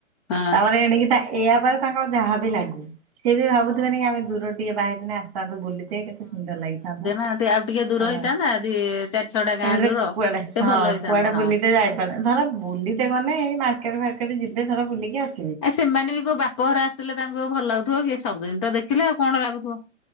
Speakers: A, on the left; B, on the right.
A: ହଁ।
B: ତାପରେ ଆଣିକି ତା ଏଆ ପରେ ତାଙ୍କ ଯାହା ବି ଲାଗୁ ସେ ବି ଭାବୁଥିବେ ନ କି ଆମେ ଦୂର ଟିକେ ବାହା ହେଇତିନେ ଆସୁ ତାନ୍ତୁ ବୁଲିତେ କେତେ ସୁନ୍ଦର ଲାଗିଥାନ୍ତା।
A: ତାନ୍ତେ ଆଉ ଟିକେ ଦୂର
B: ହଁ
A: ହେଇଥାନ୍ତା ଦି ଚାରି ଛଅଟା ଗାଁ
B: ତାପଡେ
A: ଦୂର।
B: କୁଆଡେ
A: ଟିକେ
B: ହଁ
A: ଭଲ ହେଇଥାନ୍ତା
B: କୁଆଡେ
A: ହଁ।
B: ବୁଲିତେ ଯାଇ ତଲେ ଧର ବୁଲିତେ ଗନେ ଇ ମାର୍କେଟ ଫାର୍କେଟ ଯିବେ ଧର ବୁଲିକି ଆ
A: ଆ ସେମାନେ ବି କୋଉ ବାପଘର ଆସିଥିଲେ ତାଙ୍କୁ ଭଲ ଲାଗୁଥିବ କି ସବୁଦିନ ତ ଦେଖିଲେ ଆଉ କଣ ଲାଗୁଥିବ।